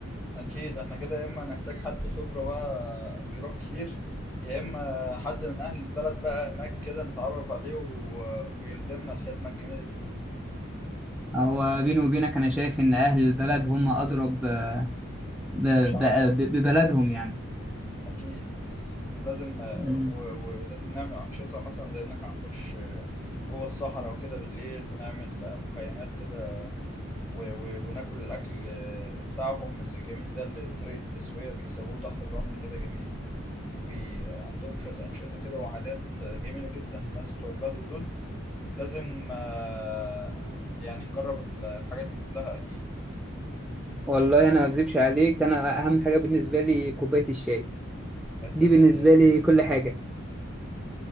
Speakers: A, on the left; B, in the centre.
A: اكيد احنا كده يا اما نحتاج حد خبرة بقى بيروح كتير يا اما حد من اهل البلد بقى هناك كده نتعرف عليه و... ويخدمنا الخدمة الجميلة دي
B: هو بيني وبينك انا شايف ان اهل البلد هم اضرب ب- ب-
A: مش عبء
B: ب- ببلدهم يعني
A: اكيد لازم
B: مم.
A: و... ولازم نعمل انشطة مثلا زي ان احنا نخش جوه الصحراء وكده بالليل ونعمل مخيمات كده و... و... وناكل الاكل بتاعهم الجميل ده اللي طريقة التسوية بيسووه تحت الرمل كده جميل وعندهم شوية أنشطة كده وعادات جميلة جدا الناس بتوع البدو دول لازم آه، يعني نجرب ال- الحاجات دي كلها أكيد
B: والله انا ما اكذبش عليك انا اهم حاجه بالنسبه لي كوبايه الشاي
A: يا سلام
B: دي بالنسبه لي كل حاجه